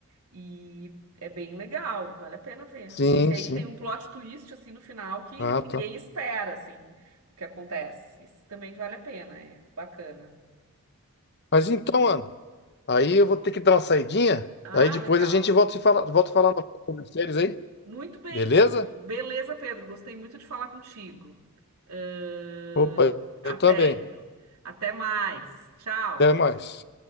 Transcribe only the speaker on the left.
Sim,
sim.
Ah,
tá.
Mas então, Ana, aí eu vou ter que dar uma saidinha.
Aí depois
a gente volta a se falar, volta a falar sobre séries aí.
Beleza?
Opa,
eu também.
Até mais.